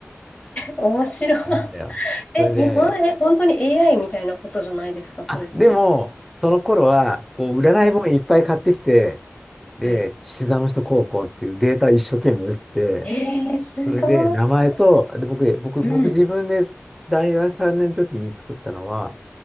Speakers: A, on the left; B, in the centre.
A: 面白い。
B: やるんだよ。
A: え、
B: それで、
A: 日本、え、本当に AI みたいなことじゃないですか、それって。
B: あ、でも、その頃は、こう、占い本いっぱい買ってきて、
A: はい。
B: で、
A: はい。
B: 獅子座の人こうこうっていうデータ一生懸命打って、
A: えー、すごい。
B: それで名前と、で、僕、僕、
A: うん。
B: 僕自分で大学3年の時に作ったのは、